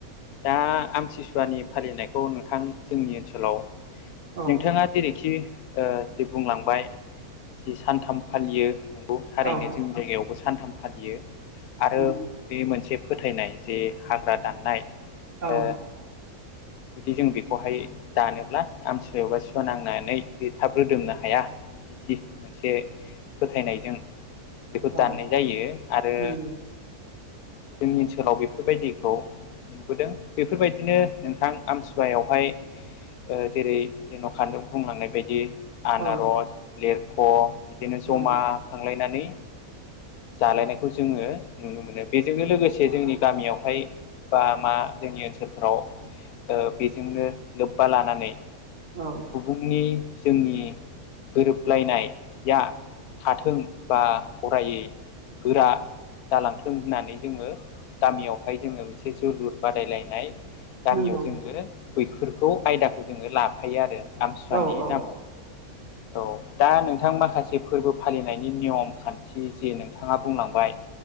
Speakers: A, on the left; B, on the right.
A: दा आमतसुवानि फालिनायखौ नोंथां जोंनि ओनसोलाव
B: औ
A: नोंथाङा जेरैखि ओ जे बुंलांबाय जि सानथाम फालियो नंगौ थारैनो
B: औ
A: जोंनि जायगायावबो सानथाम फालियो। आरो
B: नंगौ
A: बे मोनसे फोथायनाय जे हाग्रा दाननाय
B: औ
A: ओ जुदि जों बेखौहाय दानोब्ला आमसुवायावबा सुवा नांनानै बे थाब रोदोमनो हाया। बिदि मोनसे फोथायनायजों बेखौ
B: औ
A: दाननाय जायो आरो
B: नंगौ
A: जोंनि ओनसोलाव बेफोरबायदिखौ बोदों बेफोरबायदिनो नोंथां आमसुवायावहाय जेरै जेन' खान्दुं बुंलांनाय बायदि आनारस,
B: औ
A: लेरख' बिदिनो जमा
B: औ
A: खांलायनानै जालायनायखौ जोङो नुनो मोनो बेजोंनो लोगोसे जोंनि गामियावहाय बा मा जोंनि ओनसोलफोराव ओ बेजोंनो लोब्बा लानानै
B: औ
A: सुबुंनि जोंनि गोरोबलायनाया थाथों बा गरायै गोरा जालांथों होननानै जोङो गामियावहाय जोङो मोनसे जोलुर बादायलायनाय गामियाव
B: नंगौ
A: जोङो बैफोरखौ आयदाखौ जोङो लाफायो आरो आमति सुवानि
B: औ औ
A: नामाव। औ दा नोंथां माखासे फोरबो फालिनायनि नियम खान्थि जे नों थाङा बुंलांबाय